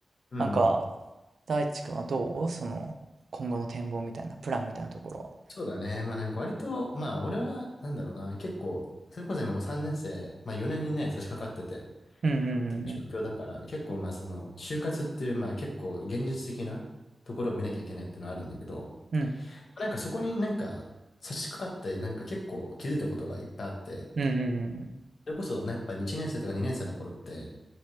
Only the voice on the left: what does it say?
うん。
うん
そうだね。まあなんか割と、まあ俺は、なんだろうな、結構、それこそ今もう3年生、まあ4年にね、差し掛かってて、
っていう状況だから、結構まあその、就活っていう、まあ結構現実的なところを見なきゃいけないっていうのはあるんだけど、
なんかそこになんか差し掛かって、なんか結構気づいたことがいっぱいあって、
それこそ、やっぱ1年生とか2年生の頃って、